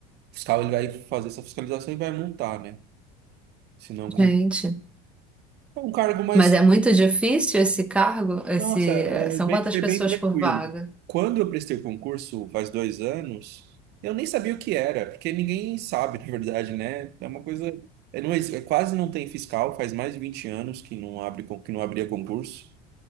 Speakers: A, on the right (about 55°); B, in the centre.
A: fiscal ele vai fazer essa fiscalização e vai multar, né? Se não, com...
B: Gente.
A: é um cargo mais
B: Mas é muito difícil esse cargo? Esse...
A: Nossa, é
B: eh, São
A: bem-
B: quantas
A: foi
B: pessoas
A: bem tranquilo.
B: por vaga?
A: Quando eu prestei o concurso, faz dois anos, eu nem sabia o que era, porque ninguém sabe, <laughs> na verdade, né? É uma coisa. É, não, é, quase não tem fiscal, faz mais de 20 anos que não abre, con- que não abria concurso.